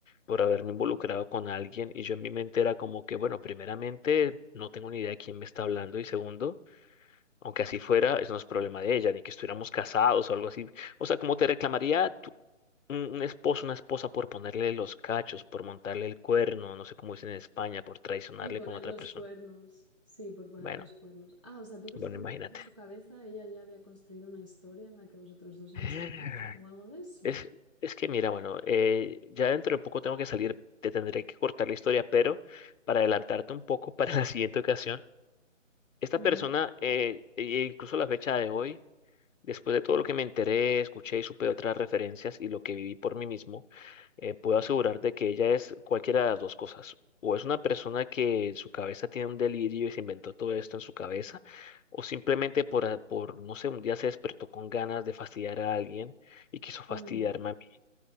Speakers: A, on the left (about 75°); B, on the right (about 25°).
A: por haberme involucrado con alguien y yo en mi mente era como que, bueno, primeramente no tengo ni idea de quién me está hablando y segundo, aunque así fuera, eso no es problema de ella, ni que estuviéramos casados o algo así. O sea, como te reclamaría un, un esposo, una esposa por ponerle los cachos, por montarle el cuerno, no sé cómo dicen en España, por traicionarle
B: Sí, poner
A: con otra
B: los
A: persona.
B: cuernos. Sí, por poner
A: Bueno,
B: los cuernos. Ah, o sea, ¿tú crees
A: bueno,
B: que en,
A: imagínate.
B: en su cabeza ella ya había construido una historia en la que vosotros dos erais
A: <sighs>
B: pareja o algo de eso?
A: Es, es que mira, bueno, eh, ya dentro de poco tengo que salir, te tendré que cortar la historia, pero para adelantarte un poco para <laughs> la siguiente ocasión, esta
B: Ujú.
A: persona, eh, e incluso la fecha de hoy, Después de todo lo que me enteré, escuché y supe de otras referencias y lo que viví por mí mismo, eh, puedo asegurar de que ella es cualquiera de las dos cosas. O es una persona que en su cabeza tiene un delirio y se inventó todo esto en su cabeza, o simplemente por, a- por no sé, un día se despertó con ganas de fastidiar a alguien y quiso fastidiarme
B: Mm.
A: a mí.